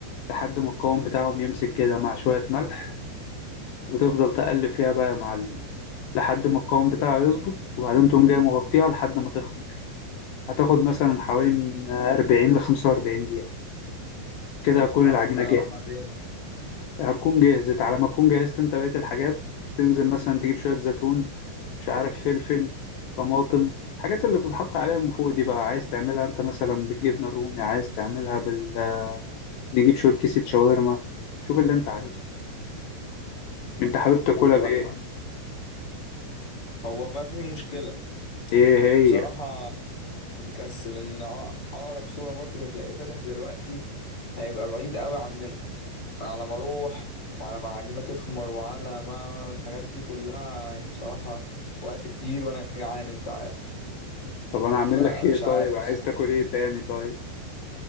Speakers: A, on the left; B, on the left.
A: لحد ما القوام بتاعهم يمسك كده مع شوية ملح وتفضل تقلب فيها بقى يا معلم لحد ما القوام بتاعها يظبط وبعدين تقوم جاي مغطيها لحد ما تخمر هتاخد مثلا حوالي من 40 ل 45 دقيقة كده هتكون
B: يا
A: العجينة
B: ربنا
A: جاهزة
B: وبعدين
A: هتكون جهزت على ما تكون جهزت انت بقية الحاجات تنزل مثلا تجيب شوية زيتون مش عارف فلفل طماطم الحاجات اللي بتتحط عليها من فوق دي بقى عايز تعملها انت مثلا بالجبنة الرومي عايز تعملها بال نجيب شوية كيسة شاورما شوف اللي انت عايزه انت حابب تاكلها
B: طب وبعدين
A: بايه
B: هو بقى في مشكله
A: ايه هي
B: بصراحه أنا مكسل ان اقرب سوبر ماركت هتلاقيه فاتح دلوقتي هيبقى بعيد قوي عننا فعلى ما اروح وعلى ما العجينه تخمر وعلى ما الحاجات دي كلها يعني بصراحه وقت كتير وانا جعان انت عارف
A: طب انا اعمل
B: فمش
A: لك ايه طيب
B: عارف
A: عايز تاكل ايه تاني طيب